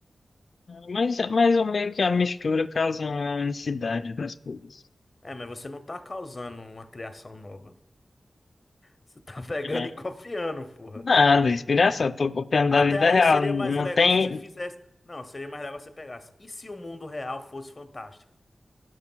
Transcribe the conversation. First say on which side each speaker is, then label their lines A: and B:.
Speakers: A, on the left; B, on the left.
A: Mas, mais ou meio que a mistura causa uma unicidade das coisas.
B: É, mas você não tá causando uma criação nova. Você tá <laughs> pegando
A: É.
B: e copiando, porra.
A: Nada, inspiração, tô copiando
B: Até
A: da vida
B: aí
A: real.
B: seria
A: Não
B: mais legal
A: tem.
B: se você fizesse. Não, seria mais legal se você pegasse. E se o mundo real fosse fantástico?